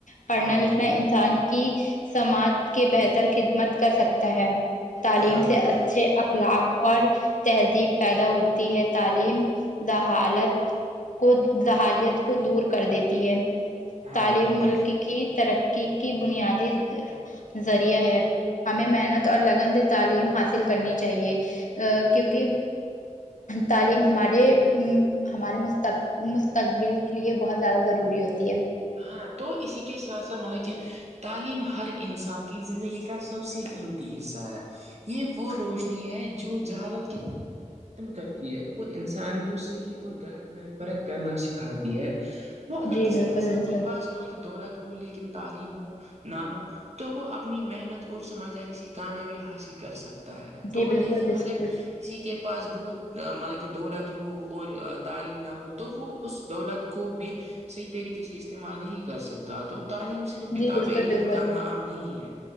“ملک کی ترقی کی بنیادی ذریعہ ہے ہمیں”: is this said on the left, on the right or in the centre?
Left